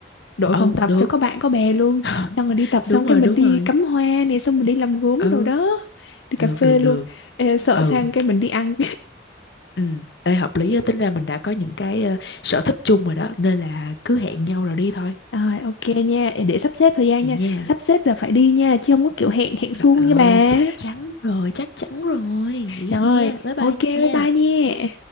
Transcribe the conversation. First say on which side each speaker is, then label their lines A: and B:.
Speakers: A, on the left; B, on the left.
A: Đội
B: ừ
A: phòng tập
B: được
A: cho có bạn có bè luôn.
B: <laughs>
A: Xong rồi đi tập
B: đúng
A: xong
B: rồi
A: cái mình
B: đúng
A: đi
B: rồi
A: cắm hoa nè, xong mình đi làm gốm
B: ừ
A: đồ đó. Đi
B: được
A: cà phê
B: được
A: luôn.
B: được
A: Ê, sợ
B: ừ
A: sang cái mình đi ăn.
B: ừ ê hợp lý á tính ra mình đã có những cái ờ, sở thích chung rồi đó nên là cứ hẹn nhau rồi đi thôi
A: <laughs> Rồi, ok nha. Ê, để sắp xếp thời gian
B: vậy
A: nha.
B: nha
A: Sắp xếp là phải đi nha, chứ không có kiểu hẹn hẹn suông
B: trời ơi
A: nha bà.
B: chắc chắn rồi chắc chắn rồi vậy
A: Rồi,
B: kia bye bye
A: ok, bye
B: nha
A: bye nha.